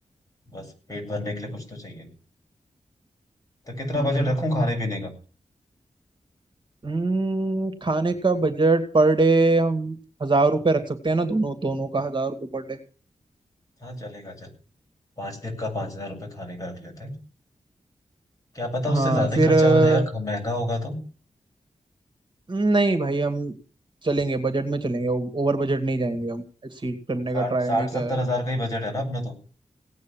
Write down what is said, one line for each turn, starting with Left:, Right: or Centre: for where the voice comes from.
Left: बस पेट भरने के लिए कुछ तो चाहिए तो कितना
Right: हम्म।
Left: बजट रखूं खाने पीने का
Right: हम्म, खाने का बजट पर डे हम हजार रुपए रख सकते हैं ना दोनों दोनों का हजार रुपए पर डे
Left: हाँ चलेगा चल पांच दिन का पांच हजार रुपये खाने का रख लेते हैं क्या पता
Right: हाँ
Left: उससे ज्यादा
Right: फिर
Left: ही खर्चा
Right: अ,
Left: हो जाए यार ख- महंगा होगा तो
Right: नहीं भाई हम चलेंगे बजट में चलेंगे ओवर बजट नहीं जाएंगे हम एक्सीड करने
Left: साठ
Right: का ट्राई
Left: साठ
Right: नहीं
Left: सत्तर
Right: कर
Left: हजार का ही बजट है ना अपना तो